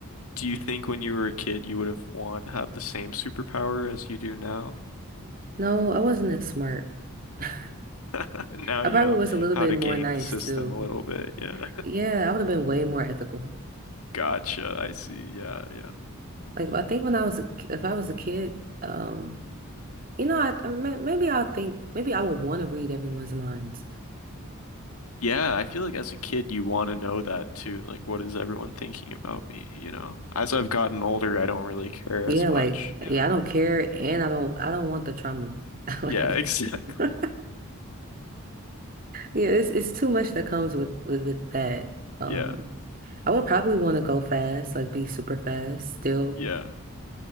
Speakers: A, on the left; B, on the right.
A: Do you think when you were a kid you would have wanted to have the same superpower as you do now?
B: No, I wasn't as smart. <laughs>
A: <laughs> Now
B: I
A: you
B: probably
A: know
B: was a little
A: how
B: bit
A: to
B: more
A: game
B: nice
A: the system
B: too.
A: a little bit. Yeah.
B: Yeah, I would have been way more ethical.
A: Gotcha. I see. Yeah, yeah.
B: Like I think when I was a, ki- if I was a kid, um, you know, I, I may- maybe I'll think maybe I would want to read everyone's minds.
A: Yeah, I feel like as a kid you want to know that too. Like what is everyone thinking about me, you know? As I've gotten older, I don't really care
B: Yeah,
A: as much,
B: like
A: you
B: yeah,
A: know.
B: I don't care and I don't I don't want the trauma. <laughs> Like
A: Yeah, <laughs> exactly.
B: <laughs> yeah, it's it's too much that comes with with, with that. Um
A: Yeah.
B: I would probably want to go fast, like be super fast still.
A: Yeah.